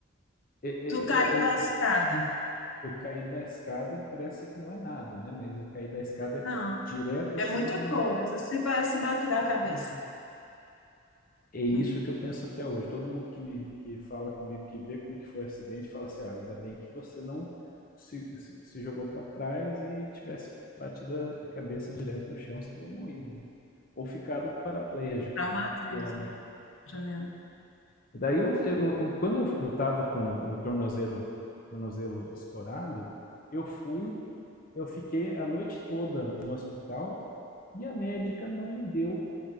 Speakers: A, on the left; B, on the left.
A: E-
B: Tu caiu
A: Eu,
B: da escada.
A: eu caí da escada, parece que não é nada, né? Mas eu caí da escada
B: Não,
A: direto
B: é
A: assim
B: muita
A: numa.
B: coisa. Se vai se bater da cabeça.
A: É isso
B: Um
A: que eu penso até hoje. Todo mundo que me que fala comigo, que vê como que foi o acidente, fala assim: ah, ainda bem que você não se, se, se jogou para trás e tivesse batido a a cabeça direto no chão, você teria morrido, né? Ou ficado paraplégico,
B: traumatismo
A: né? Pior ainda.
B: craniano.
A: Daí, eu, eu- quando eu estava com o tornozelo, tornozelo estourado, eu fui, eu fiquei a noite toda no hospital e a médica não me deu